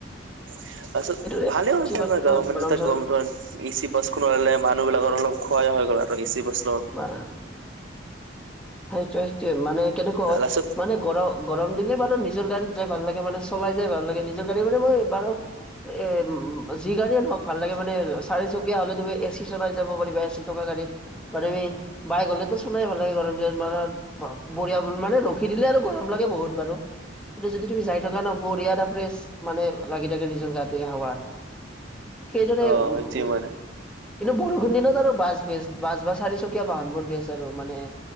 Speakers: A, on the right; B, in the centre.
A: তাৰ পাছত
B: কিন্তু বেছি
A: ভালেও আছে
B: বছৰ
A: আমাৰ গাঁৱ মানে
B: গৰম
A: তাক
B: চৰম
A: গম তাৰ এ চি বাছখনলে মানুহ বিলাকৰ অলপ <unintelligible> হৈ গ'ল আৰু এচি বাচ
B: বা সেইটোৱে সেইটোৱে মানে কেনেকুৱা হয়
A: লাষ্টত
B: মানে গৰ গৰম দিনে বাৰু নিজৰ গাড়ীত যাই ভাল লাগে মানে চলাই যাই ভাল লাগে নিজৰ গাড়ী মানে মই বাৰু এ উম, যি গাড়িয়ে নহওক ভাল লাগে মানে চাৰি চকীয়া হলে তুমি এ চি চলাই যাব পাৰিবা এ চি থকা গাড়ীত বা তুমি বাই গ'লেটো চলাই ভাল লাগে গৰম দিনত মানে বঢ়িয়া মানে, ৰখি দিলে আৰু গৰম লাগে বহুত বাৰু। কিন্তু যদি তুমি যাই থকা ন বৰ ইয়াৰা ফ্ৰেছ মানে লাগি থাকে নিজৰ গাটোৱে হাৱাত। সেইদৰে
A: অ
B: উম,
A: এইটোৱে মানে
B: কিন্তু বৰষুণ দিনত আৰু বাছ বেচ বাছ বাছ চাৰি চকীয়া বাহনবোৰ বেছ আৰু মানে